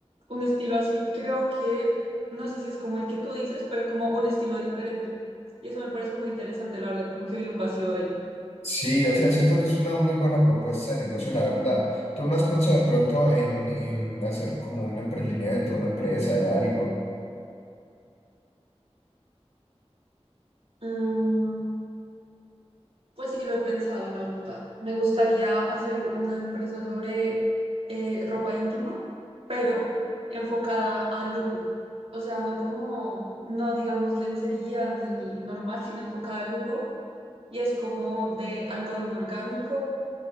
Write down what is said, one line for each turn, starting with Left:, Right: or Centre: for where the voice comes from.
Right: un estilo así. Creo que no sé si es como el que tú dices, pero como un estilo diferente. Y eso me pareció muy interesante, la verdad, como que vi un vacío ahí.
Left: Sí, o sea, siento que es una muy buena propuesta de negocio, la verdad. ¿Tú no has pensado de pronto en, en hacer como un emprendimiento, una empresa de algo?
Right: Mm, pues sí, lo he pensado, la verdad. Me gustaría hacer una empresa sobre eh, ropa íntima, pero enfocada al lujo. O sea, no como, no digamos lencería ni normal, sino enfocada al lujo. Y es como de algodón orgánico,